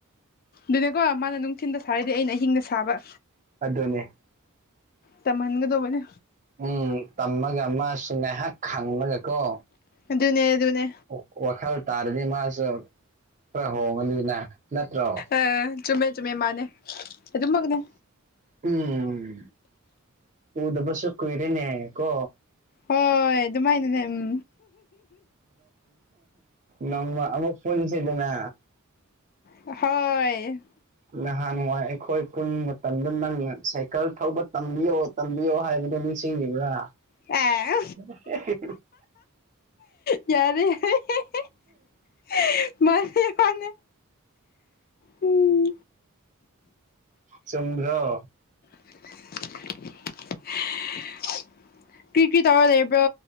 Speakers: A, on the left; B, on the right.
A: ꯑꯗꯨꯅꯦꯀꯣ ꯃꯥꯅ ꯅꯨꯡꯊꯤꯟꯗ ꯁꯥꯔꯗꯤ ꯑꯩꯅ ꯑꯍꯤꯡꯗ ꯁꯥꯕ
B: ꯑꯗꯨꯅꯦ
A: ꯇꯝꯍꯟꯒꯗꯧꯕꯅꯦ
B: ꯎꯝ ꯇꯝꯃꯒ ꯃꯥꯁꯨ ꯉꯥꯏꯍꯥꯛ ꯈꯪꯂꯒ ꯀꯣ
A: ꯑꯗꯨꯅꯦ ꯑꯗꯨꯅꯦ
B: ꯑꯣꯛ ꯋꯥꯈꯜ ꯇꯥꯔꯗꯤ ꯃꯥꯁꯨ ꯈꯔ ꯍꯣꯡꯉꯅꯤꯅ ꯅꯠꯇ꯭ꯔꯣ
A: ꯑ ꯆꯨꯝꯃꯦ ꯆꯨꯝꯃꯦ ꯃꯥꯅꯦ ꯑꯗꯨꯃꯛꯅꯦ
B: ꯎꯝ ꯎꯗꯕꯁꯨ ꯀꯨꯏꯔꯅꯦ ꯀꯣ
A: ꯍꯣꯏ ꯑꯗꯨꯃꯥꯏꯅꯅꯦ ꯎꯝ
B: ꯅꯣꯡꯃ ꯑꯃꯨꯛ ꯄꯨꯟꯁꯤꯗꯅ
A: ꯍꯣꯏ
B: ꯅꯍꯥꯟ ꯋꯥꯏ ꯑꯩꯈꯣꯏ ꯄꯨꯟ ꯃꯇꯝꯗ ꯅꯪꯅ ꯁꯥꯏꯀꯜ ꯊꯧꯕ ꯇꯝꯕꯤꯌꯣ ꯇꯝꯕꯤꯌꯣ ꯍꯥꯏꯕꯗꯣ ꯅꯤꯡꯁꯤꯡꯉꯤꯕ꯭ꯔꯥ
A: ꯑꯦ
B: <unintelligible>
A: ꯌꯥꯔꯦ <unintelligible> ꯃꯥꯅꯦ ꯃꯥꯅꯦ ꯎꯝ
B: ꯆꯨꯝꯗ꯭ꯔꯣ
A: <inaudible> ꯀꯔꯤ ꯀꯔꯤ ꯇꯧꯔ ꯂꯩꯕ꯭ꯔꯣ